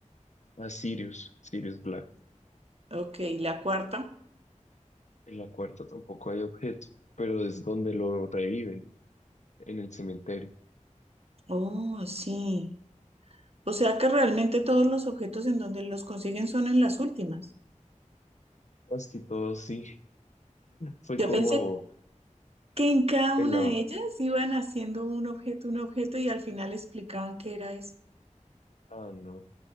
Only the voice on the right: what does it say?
Ok, la cuarta.
Oh, sí. O sea que realmente todos los objetos en donde los consiguen son en las últimas.
Yo
pensé que en cada
una
de ellas iban haciendo un objeto, un objeto y al final explicaban qué era eso.